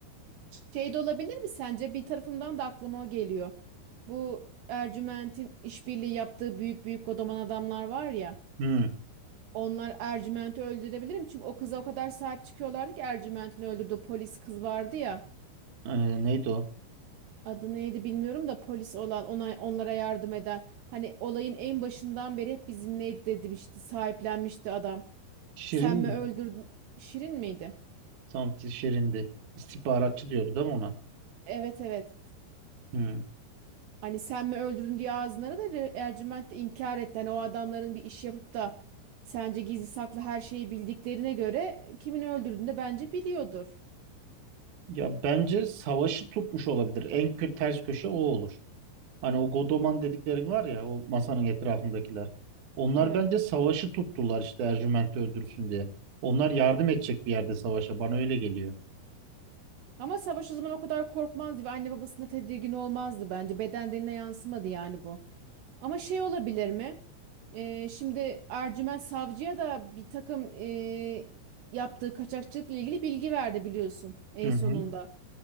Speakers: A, on the right; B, on the right.
A: Şey de olabilir mi sence? Bir tarafımdan da aklıma o geliyor. Bu Ercüment'in işbirliği yaptığı büyük büyük kodoman adamlar var ya.
B: Hmm.
A: Onlar Ercüment'i öldürebilirim. Çünkü o kıza o kadar sahip çıkıyorlardı ki Ercüment'in öldürdüğü polis kız vardı ya.
B: e, neydi o?
A: Adı neydi bilmiyorum da polis olan ona, onlara yardım eden. Hani olayın en başından beri hep bizimleydi demişti. Sahiplenmişti adam.
B: Şirin
A: Sen mi öldürdün? Şirin miydi?
B: Tam ki Şirin'di. İstihbaratçı diyordu değil mi ona?
A: Evet evet.
B: Hmm.
A: Hani sen mi öldürdün diye ağzınlara da Re- Ercüment de inkar etti. Hani o adamların bir iş yapıp da sence gizli saklı her şeyi bildiklerine göre kimin öldürdüğünü de bence biliyordur.
B: Ya bence savaşı tutmuş olabilir. En kötü ters köşe o olur. Hani o Godoman dediklerin var ya o masanın etrafındakiler.
A: Hı hı.
B: Onlar
A: Evet.
B: bence savaşı tuttular işte Ercüment'i öldürsün diye. Onlar yardım edecek bir yerde savaşa. Bana öyle geliyor.
A: Ama savaş o zaman o kadar korkmazdı ve anne babasına tedirgin olmazdı bence. Beden diline yansımadı yani bu. Ama şey olabilir mi? Ee, şimdi Ercüment Savcı'ya da bir takım ee, yaptığı kaçakçılıkla ilgili bilgi verdi biliyorsun en
B: Hı hı.
A: sonunda.